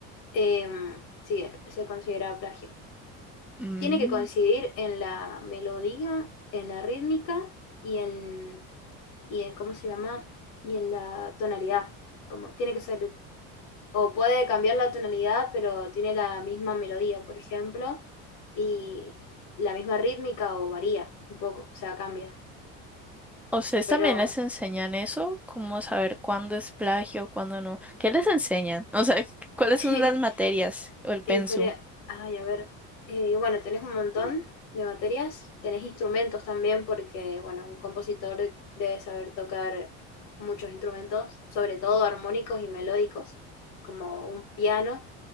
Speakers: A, on the left; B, in the centre.
A: Em, sí, es- se considera plagio.
B: mm.
A: Tiene que coincidir en la melodía, en la rítmica y en, y en, ¿cómo se llama? Y en la tonalidad. Como tiene que ser, o puede cambiar la tonalidad, pero tiene la misma melodía, por ejemplo, y la misma rítmica o varía un poco, o sea, cambia.
B: ¿A ¿Ustedes
A: Pero
B: también les enseñan eso? ¿Cómo saber cuándo es plagio, cuándo no? ¿Qué les enseñan? O sea, ¿cuáles
A: <laughs>
B: son las materias o el pensum?
A: Y por, ay, a ver, eh, bueno, tenés un montón de materias, tenés instrumentos también, porque, bueno, un compositor debe saber tocar muchos instrumentos, sobre todo armónicos y melódicos, como un piano,